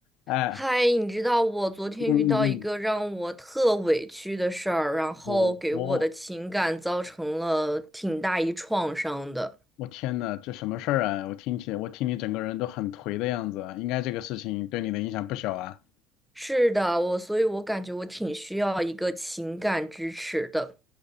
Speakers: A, on the left; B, in the centre.
A: 哎，
B: 嗨，你知道我昨天遇到一个让我特委屈的事儿，
A: 嗯嗯嗯，
B: 然后给我的情感造成了挺大一创伤的。
A: 我我我天呐，这什么事儿啊？我听起来，我听你整个人都很颓的样子啊应该这个事情对你的影响不小啊。
B: 是的，我，所以我感觉我挺需要一个情感支持的。